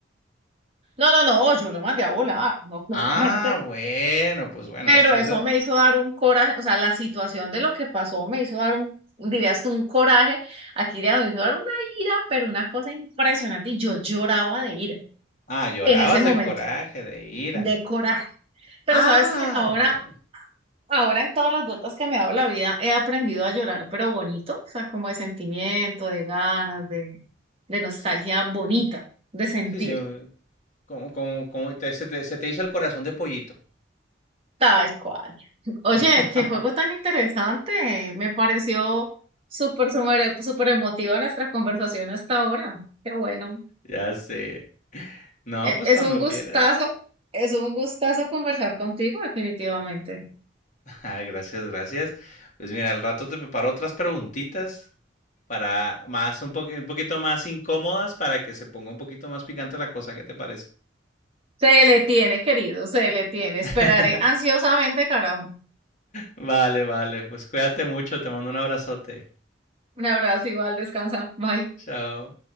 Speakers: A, on the right; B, on the left.
A: No, no, no, yo lo mandé a volar, no, claramente.
B: Ah, bueno, pues bueno,
A: Pero
B: esto,
A: eso
B: eso...
A: me hizo dar un coraje, o sea, la situación de lo que pasó me hizo dar un, dirías tú, un coraje, aquí diríamos, me hizo dar una ira, pero una cosa impresionante, y yo lloraba de ira
B: Ah, llorabas
A: en ese momento
B: de coraje, de ira.
A: de coraje. Pero
B: Ah,
A: sabes que ahora
B: bueno.
A: Ahora en todas las vueltas que me he dado la vida he aprendido a llorar, pero bonito, o sea, como de sentimiento, de ganas, de, de nostalgia
B: Sí, t-
A: bonita, de sentir,
B: sí, sí. eh, Como, como, como te- se te, se te hizo el corazón de pollito.
A: tal cual. Oye,
B: <laughs>
A: qué juego tan interesante, me pareció súper, súper, súper emotiva nuestra conversación hasta ahora. Qué bueno.
B: Ya sé. No,
A: E-
B: pues
A: Es
B: cuando
A: un gustazo,
B: quieras.
A: es un gustazo conversar contigo, definitivamente.
B: <laughs> Ah, gracias, gracias. Pues mira, al rato te preparo otras preguntitas para más un poqu- un poquito más incómodas para que se ponga un poquito más picante la cosa, ¿qué te parece?
A: Se le tiene, querido, se le tiene. Esperaré
B: <laughs>
A: ansiosamente, carajo.
B: Vale, vale. Pues cuídate mucho, te mando un abrazote.
A: Un abrazo igual, descansa. Bye.
B: Chao.